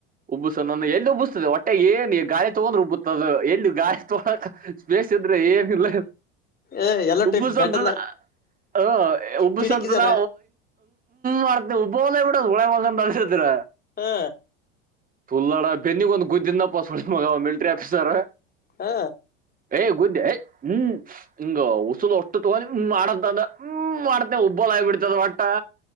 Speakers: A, on the right; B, on the left.
A: ಉಬ್ಬು ಸೊ ನನ್ನ ಎಲ್ಲಿೂಬಸ್ತದೆ ಹೊಟ್ಟೆ ಏನ್ ಗಾಿ ತೊಗೊಂಡ್ ಉಬ್ಬದ ಎಲ್ಲಿ ಗಾಯಿ ತಗ ಸ್ಪೇಸ್ ಇದ್ರೆ ಏನಿಲ್ಲ
B: ಏ ಎಲ್ಲಟ
A: ಉಬ್ಬುಸ
B: ಗಟಲ್ಲ
A: ಅಂತ ಹ ಉಬ್ಬು
B: ಟಿಡಿಕಿದಾರ
A: ಸ್ವಂತದಾ ಮರ್ ಉಬ್ಬುಬಲ ನಳಸಿದರ
B: ಹ್ಮ
A: ತುಲ್ಲಡ ಬೆನ್ನಿ ಒಂದು ಗುದ್ದಿನಪ್ಪಸ್ ಮಗ ಮಿಲ್ಟ್ರರಿ ಆಫೀಸರ್
B: ಹ
A: ಏ ಗು್ದ ಹ್ಮ್ ಹಿಂಗ ಉಸೂಲ್ ಒಟ್ಟು ತಗೊಂಡಿ ಹ್ಮ ಮಾಡದ್ದಂದ ಹ್ಮ ಮಾಡ್ತೇನೆ ಉಬ್ಬಳ ಆಗಿಬ ಬಿಡ್ತದ ಒಟ್ಟ